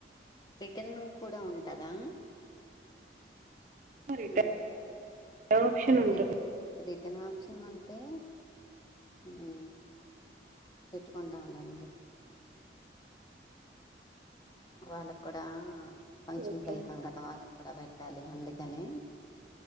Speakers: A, on the left (about 20°); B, on the right (about 45°).
A: రిటన్ కూడా ఉంటదా
B: రిటర్న్
A: ఉమ్
B: ఆప్షన్ ఉంటది
A: రి రిటర్న్ ఆప్షన్ ఉంటే ఉమ్ పెట్టుకుంటా లెండి వాళ్ళకు కూడా ఆ ఫంక్షన్
B: ఓకే
A: కు వెళ్తాం కదా వాళ్ళ కూడా పెట్ట పెట్టాలి అందుకని